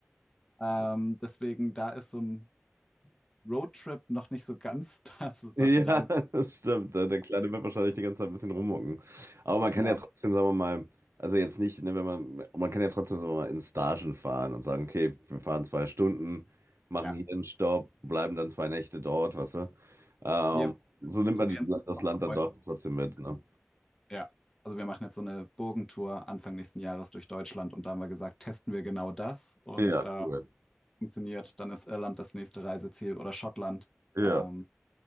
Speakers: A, on the left; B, on the right.
A: ähm, deswegen, da ist so ein Roadtrip noch nicht so ganz <laughs> das, das
B: Ja,
A: Reise.
B: <laughs> das stimmt. Der der Kleine wird wahrscheinlich die ganze Zeit ein bisschen rummucken. Aber man kann
A: Genau,
B: ja trotzdem, sagen wir mal, also jetzt nicht, ne, wenn man, man kann ja trotzdem, sagen wir mal, in Stagen fahren und sagen, okay, wir fahren zwei Stunden, machen
A: ja.
B: hier einen Stopp, bleiben dann zwei Nächte dort, weißt du? Ähm,
A: Wir
B: so nimmt
A: probieren
B: man die,
A: es
B: das Land dann
A: heute.
B: doch trotzdem mit,
A: an.
B: ne?
A: Ja. Also wir machen jetzt so eine Burgentour Anfang nächsten Jahres durch Deutschland und da haben wir gesagt, testen wir genau das und
B: Ja,
A: äh,
B: cool.
A: funktioniert, dann ist Irland das nächste Reiseziel oder Schottland.
B: Ja.
A: Ähm,